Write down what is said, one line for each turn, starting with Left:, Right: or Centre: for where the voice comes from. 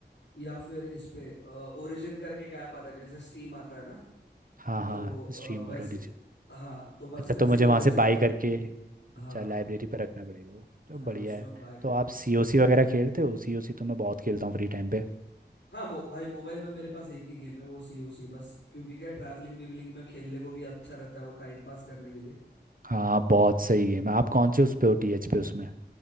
Left: या फिर इस पे ओरिजिन करके एक ऐप आता है जैसे स्टीम आता है ना
Right: हाँ हाँ
Left: तो अ,
Right: स्ट्रीम
Left: वैसे
Right: और ओरिजिन
Left: हाँ तो बस
Right: अच्छा
Left: वैसे
Right: तो मुझे
Left: ही ओरिजिन
Right: वहाँ से बाई
Left: करके
Right: करके
Left: था
Right: अच्छा
Left: हाँ
Right: लाइब्रेरी पे रखना पड़ेगा वो तो
Left: हाँ
Right: बढ़िया
Left: उसमें
Right: है
Left: बाय
Right: तो
Left: करना
Right: आप
Left: पड़ता
Right: सी
Left: है
Right: ओ सी वगैरह खेलते हो सी ओ सी तो मैं बहुत खेलता हूँ फ्री टाइम पे
Left: हाँ मो, भाई मोबाइल में मेरे पास एक ही गेम है वो सी ओ सी बस क्योंकि क्या ट्रैवलिंग वीवलिंग में खेलने को भी अच्छा रहता है वो टाइम पास करने के लिए
Right: हाँ बहुत सही गेम है आप कौन से उस पे हो टीएच पे उसमें